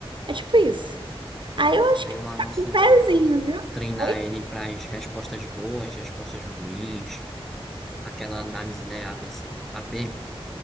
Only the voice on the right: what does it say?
É tipo isso. Aí eu acho
que
tá
com um pezinho,
viu?
Oi?